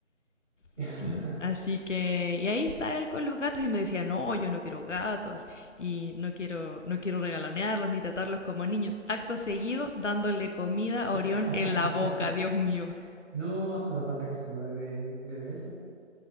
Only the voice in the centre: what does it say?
<laughs>
<laughs>
No, solo falta que se lo dé de, de beso.